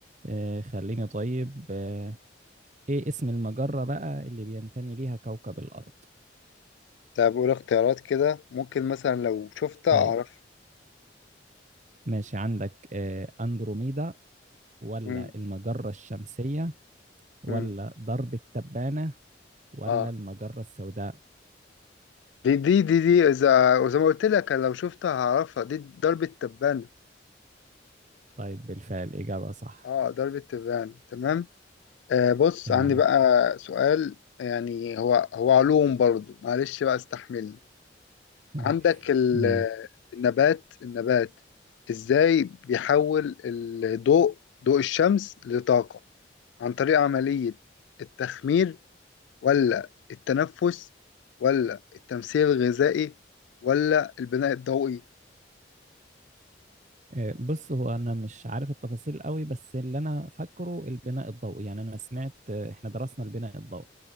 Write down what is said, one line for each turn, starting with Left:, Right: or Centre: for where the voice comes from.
Right: آه خليني طيب آه ايه اسم المجرة بقى اللي بينتمي ليها كوكب الارض
Left: طب قول اختيارات كده ممكن مثلا لو شفتها
Right: طيب
Left: أعرف
Right: ماشي عندك آه اندروميدا ولا
Left: مم.
Right: المجرة الشمسية ولا
Left: مم.
Right: درب التبانة ولا
Left: آه
Right: المجرة السوداء
Left: دي دي دي دي إذا وزي ما قلت لك أنا لو شفتها هعرفها دي ضربة تبانة
Right: طيب بالفعل إجابة صح
Left: آه ضربة تبانة تمام آه بص
Right: تمام
Left: عندي بقى سؤال يعني هو هو علوم برضو معلش بقى استحملني
Right: <laughs>
Left: عندك ال-
Right: ماشي
Left: النبات النبات ازاي بيحول الضوء ضوء الشمس لطاقة عن طريق عملية التخمير ولا التنفس ولا التمثيل الغذائي ولا البناء الضوئي
Right: آه، بص هو انا مش عارف التفاصيل قوي بس اللي انا فاكره البناء الضوئي يعني انا سمعت آه، احنا درسنا البناء الضوئي